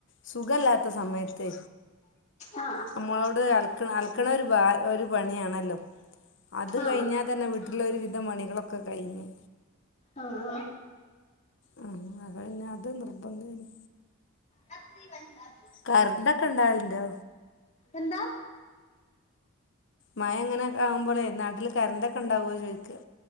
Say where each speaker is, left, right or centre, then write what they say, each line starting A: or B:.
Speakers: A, on the left (about 55°); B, on the left (about 30°).
A: സുഖല്ലാത്ത സമയത്ത്
B: ആ
A: നമ്മളോട് അൽക്ക അൽക്കണ ഒരു ഭാര ഒരു പണിയാണല്ലോ അത്
B: ആ
A: കഴിഞ്ഞാൽ തന്നെ വീട്ടിലൊരു വി വിധം പണികളൊക്കെ കഴിഞ്ഞ്
B: ആ ആഹ്
A: ഉം അത് പിന്നെ അത് നിർബന്ധെനി
B: രാത്രി വണ്ടാ
A: കറണ്ടൊക്കെ ഇണ്ടാവലിണ്ടോ
B: എന്താ
A: മഴ അങ്ങനെ ആകുമ്പോളേ നാട്ടില് കരണ്ടൊക്കെ ഉണ്ടാവുവോ ചോദിക്കാ